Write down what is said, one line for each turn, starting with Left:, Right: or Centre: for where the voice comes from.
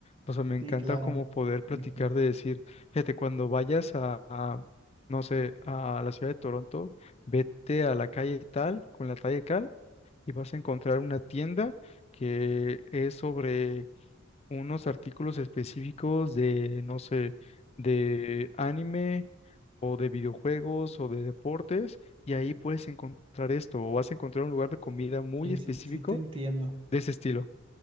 Left: O sea, me encanta
Right: Sí, claro.
Left: como poder practicar
Right: ujú,
Left: de decir, fíjate, cuando vayas a, a, no sé, a la ciudad de Toronto, vete a la calle tal, con la calle tal, y vas a encontrar una tienda que es sobre unos artículos específicos de, no sé, de anime o de videojuegos o de deportes, y ahí puedes encontrar esto, o vas a encontrar un lugar de comida muy
Right: Sí,
Left: específico
Right: sí, sí te entiendo.
Left: de ese estilo.